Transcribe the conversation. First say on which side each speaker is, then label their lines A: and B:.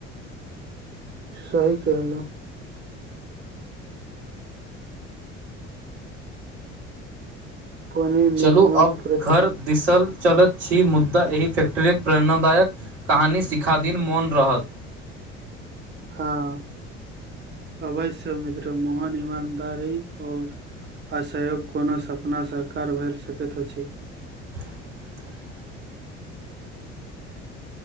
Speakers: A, on the right; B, on the right.
A: सही कहलु पनि निर्माण
B: चलू अब
A: प्रक्रिया
B: घर दिसल चलैत छी मुद्दा एहि फैक्ट्री प्रेरणादायक कहानी सिखा दीन मोन रहत <inaudible>
A: हँ अवश्य मित्र मोहन ईमानदारी आओर असहयोग कोनो सपना सकार भेल सकैत अछि
B: <inaudible>